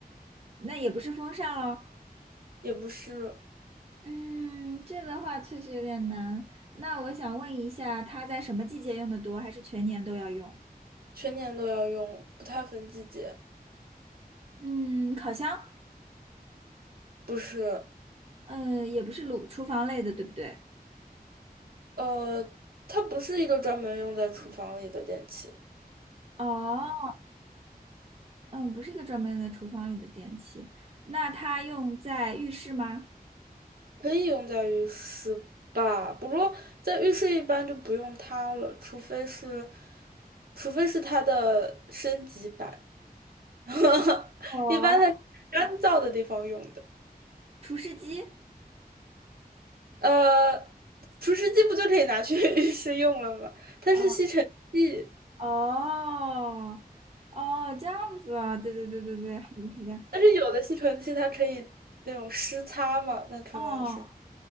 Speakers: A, on the right (about 40°); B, on the right (about 70°).
A: 那也不是风扇喽。
B: 也不是。
A: 嗯，这个话确实有点难。那我想问一下，它在什么季节用的多，还是全年都要用？
B: 全年都要用，不太分季节。
A: 嗯，烤箱，
B: 不是，
A: 嗯，也不是炉厨房类的，对不对？
B: 呃，它不是一个专门用在厨房里的电器，
A: 哦，嗯，不是一个专门在厨房里的电器。那它用在浴室吗？
B: 可以用在浴室吧？不过在浴室一般就不用它了，除非是，除非是它的升级版，<laughs>
A: 哦，
B: 一般它是干燥的地方用的。
A: 除湿机。
B: 呃，除湿机不就可以拿去 <laughs> 浴室用了吗？它是吸尘器，
A: 哦哦哦，这样子啊，对对对对对，好的好的。
B: 但是有的吸尘器它可以那种湿擦嘛，那可能是，
A: 哦，